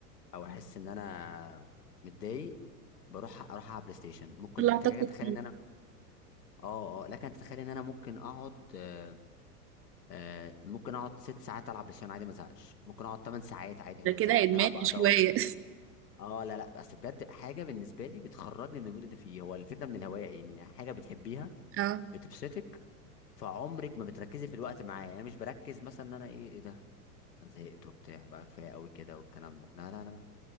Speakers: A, on the left; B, on the right.
A: او احس ان انا متضايق بروح اروح على بلاي ستيشن ممكن
B: طلعت
A: انت كده
B: أكتر.
A: تتخيل
B: من-
A: ان انا اه اه لكن انت تتخيل ان انا ممكن اقعد آه آه، ممكن اقعد ست ساعات العب بلاي ستيشن عادي ما ازهقش ممكن اقعد 8 ساعات عادي
B: ده
A: ما
B: كده
A: ازهقش بنلعب
B: ادمان
A: بقى
B: مش
A: دوره
B: هوايه
A: اه لا لا بس بجد حاجه بالنسبه لي بتخرجني من المود اللي فيه هو الفكره من الهوايه ايه ان حاجه بتحبيها
B: <laughs> اه
A: بتبسطك فعمرك ما بتركزي في الوقت معايا يعني انا مش بركز مثلا ان انا ايه ايه ده زهقت وبتاع بقى كفايه قوي كده والكلام ده لا لا لا